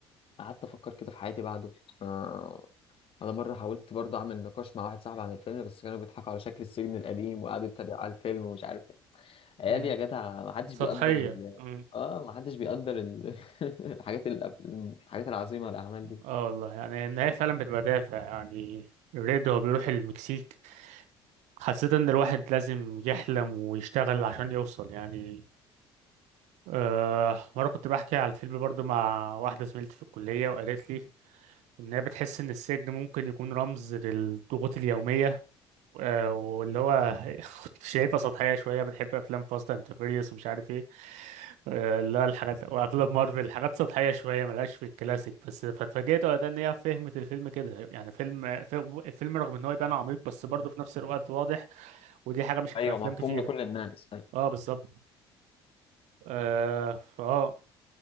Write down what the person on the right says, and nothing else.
م-
سطحية
م.
اه والله يعني النهاية فعلا بتبقى دافع يعني ريد هو بيروح المكسيك حسيت ان الواحد لازم يحلم ويشتغل عشان يوصل يعني آه مرة كنت بحكي على الفيلم برضو مع واحدة زميلتي في الكلية وقالت لي إن هي بتحس إن السجن ممكن يكون رمز للضغوط اليومية آه، واللي هو <laughs> شايفها سطحية شوية بتحب أفلام فاست أند فيريوس ومش عارف إيه آه، اللي هو الحاجات وأفلام مارفل حاجات سطحية شوية ملهاش في الكلاسيك بس فاتفاجئت وقتها إن هي فهمت الفيلم كده يعني فيلم فيلم- الفيلم رغم إن هو يبان عميق بس برضه في نفس الوقت واضح ودي حاجة مش في
أفلام
كتيرة
أه بالظبط أه فأه